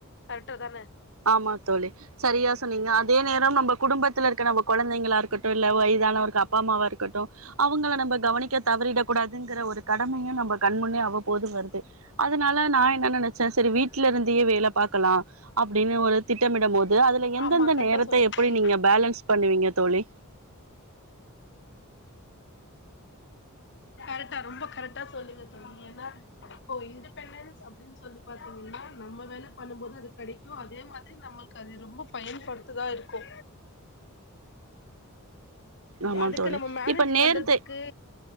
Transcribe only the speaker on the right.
ஆமா தோழி சரியா சொ சொன்னீங்க அதே நேரம் நம்ம குடும்பத்துல இருக்க நம்ம கொழந்தைங்களா இருக்கட்டு இல்ல வயதானவர்கு அப்பா அம்மாவா இருக்கட்டு அவங்கள நம்ம கவனிக்க தவறிட கூடாதுங்கிற ஒரு கடமையு நம்ம கண்முன்னே அவ்வப்போது வருது அதனால நா என்ன நனச்ச சரி வீட்டுல இருந்தே வேல பாக்கலா அப்டின்னு ஒரு திட்டமிட போது அதுல எந்தெந்த
நேரத்த
எப்டி
நீங்க பேலன்ஸ் பண்ணுவீங்க தோழி
ஆமா
தோழி.
இப்ப நேரத்தை